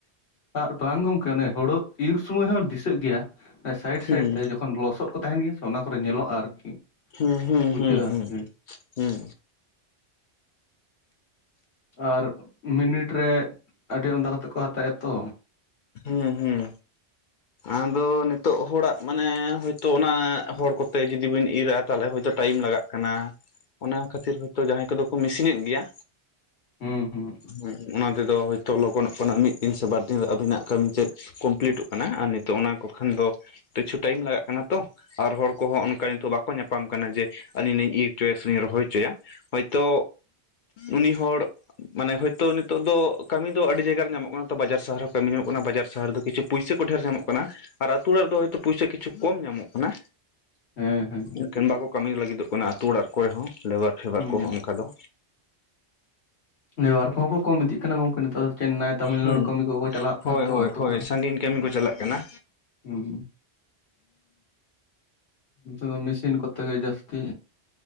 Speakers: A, on the left; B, on the left.
A: ᱟᱨ <unintelligible> ᱵᱟᱝ ᱜᱚᱝᱠᱮ ᱚᱱᱮ ᱦᱳᱲᱳ ᱤᱨ ᱥᱩᱢᱚᱭ ᱦᱚᱸ ᱫᱤᱥᱟᱹᱜ ᱜᱮᱭᱟ ᱥᱟᱭᱤᱰ
B: ᱦᱩᱸ
A: ᱥᱟᱭᱤᱰ ᱛᱮ ᱡᱚᱠᱷᱚᱱ ᱞᱚᱥᱚᱫ ᱠᱚ ᱛᱟᱦᱮᱱ ᱜᱮᱭᱟ ᱥᱮ ᱚᱱᱟ ᱠᱚᱨᱮ ᱧᱮᱞᱚᱜᱼᱟ ᱟᱨᱠᱤ
B: ᱦᱩᱸ ᱦᱩᱸ
A: ᱵᱩᱡᱷᱟᱹᱜᱼᱟ
B: ᱦᱩᱸ
A: ᱟᱨᱠᱤ
B: ᱦᱩᱸ ᱦᱩᱸ
A: ᱟᱨ ᱢᱤᱱᱤᱴ ᱨᱮ ᱟᱹᱰᱤ ᱟᱢᱫᱟ ᱠᱟᱛᱮ ᱠᱚ ᱦᱟᱛᱟᱭ ᱛᱚ
B: ᱦᱮᱸ ᱦᱮᱸ ᱟᱫᱚ ᱱᱤᱛᱳᱜ ᱦᱚᱲᱟᱜ ᱢᱟᱱᱮ ᱦᱚᱭᱛᱚ ᱚᱱᱟ ᱦᱚᱲ ᱠᱚᱛᱮ ᱡᱩᱫᱤ ᱵᱤᱱ ᱤᱨ ᱟ ᱛᱟᱦᱚᱞᱮ ᱦᱚᱭᱛᱳ ᱴᱟᱭᱤᱢ ᱞᱟᱜᱟᱜ ᱠᱟᱱᱟ᱾ ᱚᱱᱟ ᱠᱷᱟᱹᱛᱤᱨ ᱦᱚᱭᱛᱳ ᱡᱟᱸᱦᱟᱭ ᱠᱚᱫᱚ ᱠᱚ ᱢᱮᱥᱤᱱ ᱮᱫ ᱜᱮᱭᱟ᱾
A: ᱦᱩᱸ ᱦᱩᱸ
B: ᱦᱮᱸ ᱚᱱᱟ ᱛᱮᱫᱚ ᱦᱳᱭᱛᱚ ᱞᱚᱜᱚᱱᱚᱜ ᱠᱟᱱᱟ ᱢᱤᱫ ᱫᱤᱱ ᱥᱮ ᱵᱟᱨ ᱫᱤᱱ ᱟᱵᱤᱱᱟᱜ ᱠᱟᱹᱢᱤ ᱪᱮᱫ ᱠᱚᱢᱯᱞᱤᱴᱚᱜ ᱠᱟᱱᱟ ᱟᱨ ᱱᱤᱛᱚᱜ ᱚᱱᱟ ᱠᱚ ᱠᱷᱟᱱ ᱫᱚ ᱠᱤᱪᱷᱩ ᱴᱟᱭᱤᱢ ᱞᱟᱜᱟᱜ ᱠᱟᱱᱟ ᱛᱚ ᱟᱨ ᱦᱚᱲ ᱠᱚᱦᱚᱸ ᱚᱱᱠᱟ ᱱᱤᱛᱚᱜ ᱵᱟᱠᱚ ᱧᱟᱯᱟᱢ ᱠᱟᱱᱟ ᱡᱮ ᱟᱹᱞᱤᱧ ᱞᱤᱧ ᱤᱨ ᱦᱚᱪᱚᱭᱟ ᱥᱮᱞᱤᱧ ᱨᱚᱦᱚᱭ ᱦᱚᱪᱚᱭᱟ ᱦᱚᱭᱛᱚ ᱩᱱᱤ ᱦᱚᱲ ᱢᱟᱱᱮ ᱦᱳᱭᱛᱳ ᱱᱤᱛᱚᱜ ᱫᱚ ᱠᱟᱹᱢᱤ ᱫᱚ ᱟᱹᱰᱤ ᱡᱟᱭᱜᱟ ᱨᱮ ᱧᱟᱢᱚᱜ ᱠᱟᱱᱟ ᱛᱚ ᱵᱟᱡᱟᱨ ᱥᱟᱦᱟᱨ ᱦᱚᱸ ᱠᱟᱹᱢᱤ ᱧᱚᱜ ᱚᱱᱟ ᱵᱟᱡᱟᱨ ᱥᱟᱦᱟᱨ ᱫᱚ ᱠᱤᱪᱷᱩ ᱯᱩᱭᱥᱟᱹ ᱠᱚ ᱰᱷᱮᱨ ᱧᱟᱢᱚᱜ ᱠᱟᱱᱟ ᱟᱨ ᱟᱛᱩ ᱚᱲᱟᱜ ᱨᱮᱫᱚ ᱦᱚᱭᱛᱚ ᱯᱚᱭᱥᱟ ᱠᱤᱪᱷᱩ ᱠᱚᱢ ᱧᱟᱢᱚᱜ ᱠᱟᱱᱟ᱾
A: ᱦᱮᱸ ᱦᱮᱸ
B: ᱚᱱᱠᱟ ᱵᱟᱠᱚ ᱠᱟᱹᱢᱤ ᱞᱟᱹᱜᱤᱫ ᱚᱜ ᱠᱟᱱᱟ ᱟᱛᱳ ᱚᱲᱟᱜ ᱠᱚᱨᱮ ᱦᱚᱸ ᱞᱮᱵᱟᱨ ᱯᱷᱮᱵᱟᱨ
A: ᱦᱩᱸ
B: ᱠᱚᱦᱚᱸ ᱚᱱᱠᱟ ᱫᱚ
A: ᱞᱮᱵᱟᱨ ᱠᱚᱦᱚᱸ ᱠᱚᱢ ᱤᱫᱤᱜ ᱠᱟᱱᱟ ᱜᱚᱝᱠᱮ ᱱᱮᱛᱟᱨ ᱪᱮᱱᱱᱟᱭ ᱛᱟᱹᱢᱤᱱᱱᱟᱹᱲᱩ
B: ᱦᱩᱸ
A: ᱠᱟᱹᱢᱤ ᱠᱚᱠᱚ ᱪᱟᱞᱟᱜ ᱠᱟᱱᱟ
B: ᱦᱳᱭ
A: ᱛᱚ
B: ᱦᱳᱭ
A: ᱟᱛᱳ
B: ᱦᱳᱭ
A: ᱠᱚᱨᱮᱱ
B: ᱥᱟᱺᱜᱤᱧ ᱠᱟᱹᱢᱤ ᱠᱚ ᱪᱟᱞᱟᱜ ᱠᱟᱱᱟ
A: ᱦᱩᱸ ᱫᱚ <unintelligible> ᱢᱮᱥᱤᱱ ᱠᱚᱛᱮ ᱜᱮ ᱡᱟᱹᱥᱛᱤ